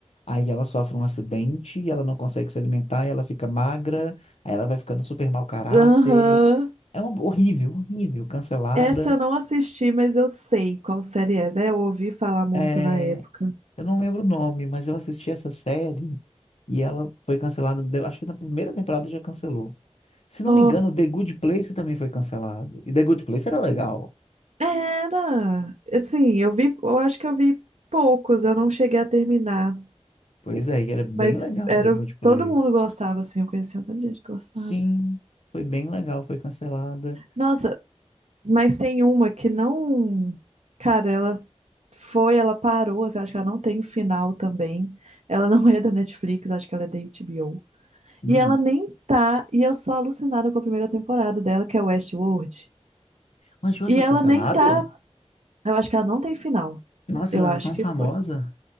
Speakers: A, on the left (about 65°); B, on the right (about 70°).
A: Aí ela sofre um acidente e ela não consegue se alimentar, e ela fica magra, aí ela vai ficando super mau caráter.
B: Aham.
A: É um- horrível, horrível, cancelada.
B: Essa eu não assisti, mas eu sei qual série é, né? Eu ouvi falar muito
A: É,
B: na época.
A: eu não lembro o nome, mas eu assisti essa série e ela foi cancelada, de- acho que na primeira temporada já cancelou. Se não
B: Ó,
A: me engano, The Good Place também foi cancelado. E The Good Place era legal.
B: era. Assim, eu vi, eu acho que eu vi poucos, eu não cheguei a terminar.
A: Pois é, e era bem
B: Mas
A: legal
B: era,
A: The Good Place.
B: todo mundo gostava, assim, eu conhecia um tanto de gente que gostava.
A: Sim, foi bem legal, foi cancelada.
B: Nossa, mas tem uma que não. Cara, ela foi, ela parou, assim, acho que ela não tem final também. Ela não é da Netflix, acho que ela é da HBO.
A: Hum.
B: E ela nem tá, e eu sou alucinada com a primeira temporada dela, que é Westworld.
A: Mas hoje
B: E
A: foi
B: ela
A: cancelado?
B: nem tá, eu acho que ela não tem final.
A: Nossa,
B: Eu
A: ela
B: acho
A: era tão
B: que
A: famosa.
B: foi.